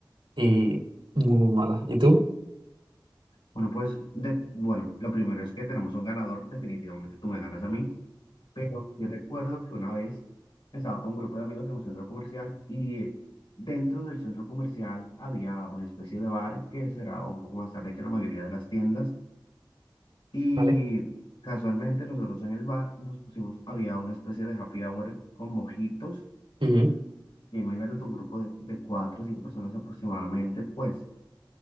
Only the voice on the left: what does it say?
Bueno, pues, de, bueno, lo primero es que tenemos un ganador, definitivamente tú me ganas a mí. Pero sí recuerdo que una vez estaba con un grupo de amigos en un centro comercial y eh, dentro del centro comercial había una especie de bar que cerraba un poco más tarde que la mayoría de las tiendas y
casualmente nosotros en el bar nos pusimos, había una especie de happy hour con mojitos
y imagínate tú, un grupo de, de cuatro o cinco personas aproximadamente pues